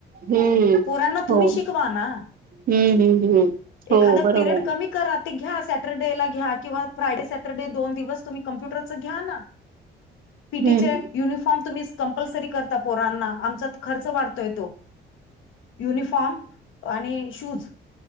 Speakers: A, on the right; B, on the left.
A: हम्म.
B: पोरांना तुम्ही
A: हो
B: शिकवा ना,
A: हम्म हम्म हम्म हो
B: एखादं
A: बरोबर
B: पिरियड कमी. करा घ्या, सॅटरडेला घ्या किंवा, फ्रायडे सॅटरडे दोन दिवस तुमचं कॉम्प्युटरचं घ्याना.
A: <inaudible>
B: पीटीचे
A: हम्म
B: युनिफॉर्म तुम्ही, कंपल्सरी करता पोरांना आमचा खर्च वाढत. युनिफॉर्म आणि शूज.